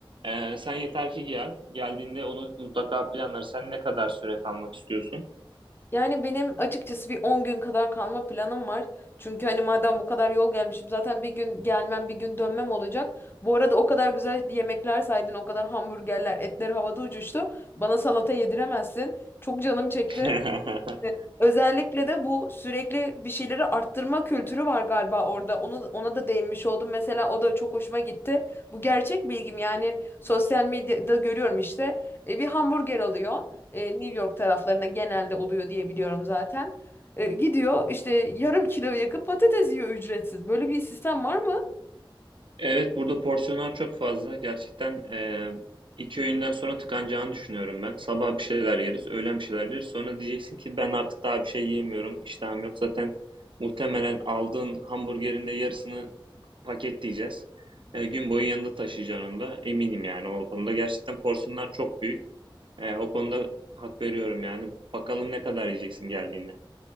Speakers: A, on the right (about 65°); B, on the left (about 25°).
A: Ee, sen yeter ki gel. Geldiğinde onu mutlaka planlarız. Sen ne kadar süre kalmak istiyorsun?
B: Yani benim açıkçası bir 10 gün kadar kalma planım var. Çünkü hani madem bu kadar yol gelmişim zaten bir gün gelmem bir gün dönmem olacak. Bu arada o kadar güzel yemekler saydın, o kadar hamburgerler, etler havada uçuştu. Bana salata yediremezsin. Çok canım çekti.
A: <laughs>
B: Evet. Özellikle de bu sürekli bir şeyleri arttırma kültürü var galiba orada. Onu, ona da değinmiş oldum. Mesela o da çok hoşuma gitti. Bu gerçek bilgim yani sosyal medyada görüyorum işte. E, bir hamburger alıyor. E, New York taraflarında genelde oluyor diye biliyorum zaten. E, gidiyor işte yarım kilo yakın patates yiyor ücretsiz. Böyle bir sistem var mı?
A: Evet, burada porsiyonlar çok fazla. Gerçekten e, iki öğünden sonra tıkanacağını düşünüyorum ben. Sabah bir şeyler yeriz, öğlen bir şeyler yeriz. Sonra diyeceksin ki ben artık daha bir şey yiyemiyorum, iştahım yok. Zaten muhtemelen aldığın hamburgerin de yarısını paketleyeceğiz. E, gün boyu yanında taşıyacaksın onu da. Eminim yani o konuda. Gerçekten porsiyonlar çok büyük. E, o konuda hak veriyorum yani. Bakalım ne kadar yiyeceksin geldiğinde.